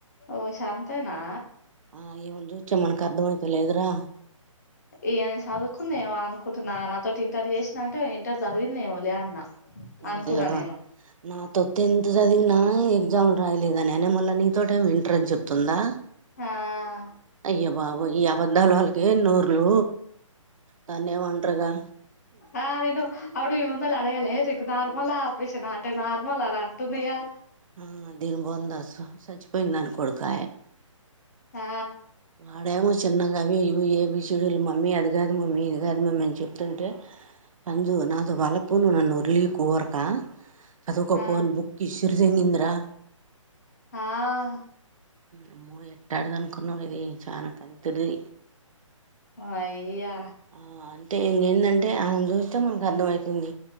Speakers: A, on the left; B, on the right.
A: ఓసి అంతేనా
B: ఆ ఈమని చూత్తే మనకు అర్థమైత లేదురా
A: ఈమా చదువుకుందేమో అనుకుంటున్నా నాతోటి ఇంటర్ చేసినా అంటే ఇంటర్ చదివిందేమో లే అన్నా
B: ఓరి
A: అనుకున్నా
B: దేవుడా
A: నేను
B: నాతో టెన్త్ చదివిన గ్జామ్ రాయలేదా నేనే మళ్ళీ నీతోట ఏమి వింటర్ అని చెప్తుందా
A: ఆ
B: అయ్యోబాబోయి ఈ అబద్ధాల్ వాళ్ళకి ఏం నోర్లు దాన్ని ఏమంటారుగా
A: ఆ నేను అవుడు మీ ముందలు అడగాలే చెక్కు నార్మలా ఆపరేషన్ ఆ అంటే నార్మల్ అలా అంటుందిగా
B: ఆ దీని బొంద సచ్చిపోయిన దాన్ కొడుకాయే
A: ఆ
B: అడేమో ష్ చిన్నగా అవి ఇవి ఏబీషిడుల్ మమ్మీ అది కాదు మమ్మీ ఇది కాదు మమ్మీ అన్ చెప్తుంటే అంజూ నాతో పాలపూ నువ్ నన్ను ఒర్లీకు ఊర్కా అదోక
A: ఆ
B: ఫోన్ బుక్ ఇషూర్! !!!!!!!!! రా
A: ఆహ్
B: అమ్మో ఎట్టాంటిది అనుకున్నావ్ ఇది చానా కంతిర్ది
A: అయ్య
B: ఆ అంటే ఇంగ్ ఎందంటే ఆమెను చూస్తే మనక్ అర్థమయితుంది